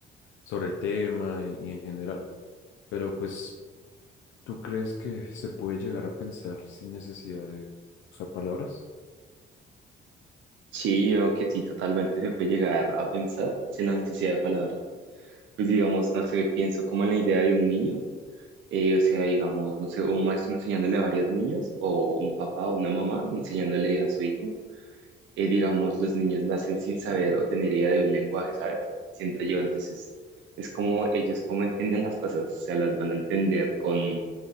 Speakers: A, on the left; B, on the right.
A: sobre el tema y, en general, pero pues, ¿tú crees que se puede llegar a pensar sin necesidad de usar palabras?
B: Sí, yo que sí, totalmente se puede llegar a pensar sin la necesidad de palabras. Pues digamos, no sé, pienso como en la idea de un niño, eh, o sea, digamos, no sé, un maestro enseñándole a varios niños, o un papá o una mamá enseñándole a su hijo eh, digamos, los niños nacen sin saber o tener idea de un lenguaje, ¿sabes? Siento yo, entonces es como ellos cómo entienden las cosas, o sea, las van a entender con,